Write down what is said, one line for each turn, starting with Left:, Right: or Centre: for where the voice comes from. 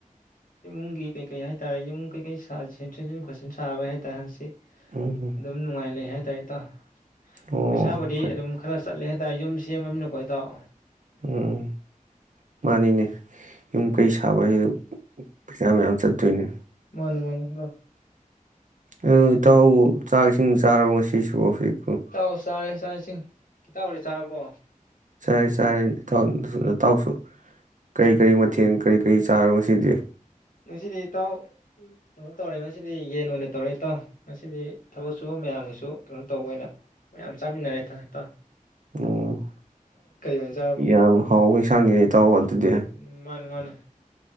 Left: ꯏꯃꯨꯡꯒꯤ ꯀꯩꯀꯩ ꯍꯥꯏꯇꯥꯔꯦ ꯌꯨꯝ ꯀꯩꯀꯩ ꯁꯦꯝꯖꯤꯟ ꯈꯣꯠꯆꯤꯟ ꯁꯥꯕꯩ ꯍꯥꯏꯇꯥꯔꯦ ꯍꯪꯁꯤ
Right: ꯎꯝ
Left: ꯑꯗꯨꯝ ꯅꯨꯡꯉꯥꯏ ꯂꯩ ꯍꯥꯏ ꯥꯏ <unintelligible>
Right: ꯑꯣ
Left: ꯄꯩꯁꯥꯕꯨꯗꯤ
Right: ꯐꯩ
Left: ꯑꯗꯨꯝ ꯈꯔ ꯆꯠꯂꯦ ꯍꯥꯏꯇꯥꯔꯦ ꯌꯨꯝ ꯁꯦꯝꯃꯃꯤꯅꯀꯣ ꯍꯥꯏꯇꯥꯥꯎ
Right: ꯎꯝ ꯃꯥꯅꯤꯅꯦ ꯌꯨꯝ ꯀꯩ ꯁꯥꯕ ꯍꯥꯏꯗ ꯄꯩꯁꯥ ꯃꯌꯥꯝ ꯆꯠꯇꯣꯏꯅꯦ
Left: ꯃꯥꯅꯤ ꯃꯥꯅꯤ ꯂ <unintelligible>
Right: ꯑ ꯏꯇꯥꯎ ꯆꯥꯛ ꯏꯁꯤꯡ ꯆꯥꯔꯕ ꯉꯁꯤꯁꯨ ꯍꯧꯖꯤꯛ
Left: ꯇꯥꯎꯁꯔꯦ ꯏꯆꯥꯥꯛ ꯏꯁꯤꯡ ꯏꯇꯧꯗꯤꯆꯥꯔꯕꯣ
Right: ꯆꯔꯦ ꯆꯔꯦ ꯏꯇꯥꯎ ꯑꯗꯨ ꯇꯥꯎꯁꯨ
Left: ꯎꯝ
Right: ꯀꯔꯤ ꯀꯔꯤ ꯃꯊꯦꯜ ꯀꯔꯤ ꯀꯔꯤ ꯆꯥꯔ ꯉꯁꯤꯗꯤ
Left: ꯉꯁꯤꯗꯤ ꯏꯇꯥꯎ ꯀꯩꯅꯣ ꯇꯧꯔꯦ ꯉꯁꯤꯗꯤ ꯌꯦꯟ ꯑꯣꯏꯅ ꯇꯧꯔꯦ ꯏꯇꯥꯎ ꯉꯁꯤꯗꯤ ꯊꯕꯛ ꯁꯨꯕ ꯃꯌꯥꯝꯒꯤꯁꯨ ꯀꯩꯅꯣ ꯇꯧꯕ ꯑꯣꯏꯅ ꯃꯌꯥꯝ ꯆꯥꯃꯤꯟꯅꯔꯦ ꯍꯥꯏꯇꯥ ꯍꯥꯏꯇꯥꯔꯦ
Right: ꯎꯝ
Left: ꯑꯣꯏꯅ ꯆꯥꯔꯕ
Right: ꯌꯥꯝ ꯍꯥꯎꯕ ꯏꯟꯁꯥꯡꯅꯤ ꯑꯩ ꯏꯇꯥꯎꯕ ꯑꯗꯨꯗꯤ
Left: ꯎꯝ ꯃꯥꯅꯤ ꯃꯥꯅꯤ